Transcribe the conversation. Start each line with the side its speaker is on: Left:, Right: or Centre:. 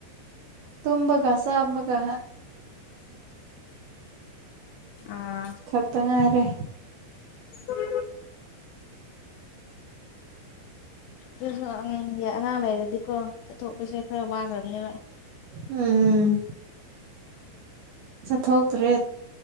Right: ꯇꯨꯝꯕꯒ ꯆꯥꯃꯒ
Left: ꯑꯥ
Right: ꯈꯛꯇ ꯉꯥꯏꯔꯦ
Left: ꯎꯝ ꯑꯗꯨꯁꯨꯉꯥꯡ ꯑꯉꯥꯡ ꯂꯩꯔꯗꯤꯀꯣ ꯆꯠꯊꯣꯛꯄꯁꯦ ꯈꯔ ꯋꯥꯈ꯭ꯔꯕꯅꯦꯕ
Right: ꯎꯝ ꯆꯠꯊꯣꯛꯇ꯭ꯔꯦ